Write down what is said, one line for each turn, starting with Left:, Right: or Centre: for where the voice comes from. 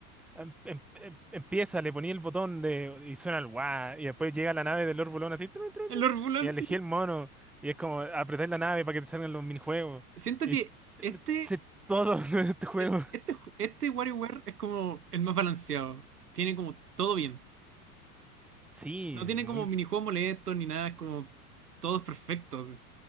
Centre: em- em- em- empieza, le ponía el botón de y suena el guau, y después llega la nave del Lord Bolón así, tru, tru,
Right: El
Centre: tru,
Right: Orphulan
Centre: y elegí
Right: sí.
Centre: el mono, y es como apretar la nave para que te salgan los minijuegos.
Right: Siento
Centre: Y
Right: que este,
Centre: me sé todo <laughs> de este juego.
Right: e- este, ju- este WarioWare es como el más balanceado. Tiene como todo bien.
Centre: Sí,
Right: No tiene
Centre: muy,
Right: como minijuegos molestos ni nada, es como todos perfectos.